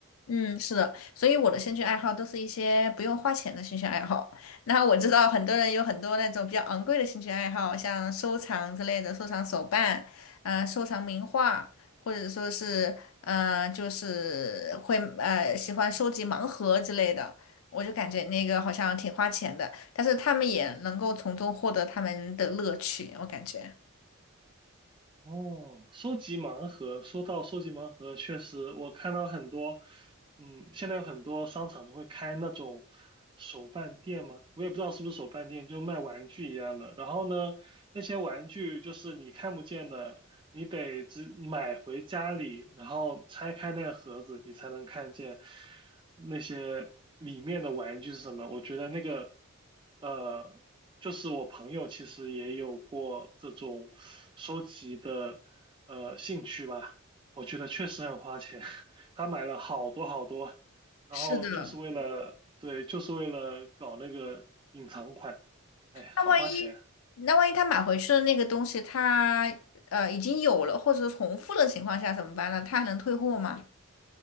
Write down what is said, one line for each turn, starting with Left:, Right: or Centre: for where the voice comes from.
Left: 嗯，是的，所以我的兴趣爱好都是一些不用花钱的兴趣爱好。那我知道很多人有很多那种比较昂贵的兴趣爱好，像收藏之类的，收藏手办，嗯，收藏名画，或者说是，嗯、就是会呃喜欢收集盲盒之类的。我就感觉那个好像挺花钱的，但是他们也能够从中获得他们的乐趣，我感觉。
Right: 哦，收集盲盒，说到收集盲盒，确实我看到很多，嗯，现在有很多商场都会开那种手办店嘛，我也不知道是不是手办店，就卖玩具一样的。然后呢，那些玩具就是你看不见的，你得只买回家里，然后拆开那个盒子，你才能看见。那些里面的玩具是什么？我觉得那个，呃，就是我朋友其实也有过这种收集的呃兴趣吧。我觉得确实很花钱，<laughs> 他买了好多好多，然后就是为了，
Left: 是的，
Right: 对，就是为了搞那个隐藏款，哎，好花钱啊。
Left: 那万一那万一他买回去的那个东西他呃已经有了或者重复的情况下怎么办呢？他还能退货吗？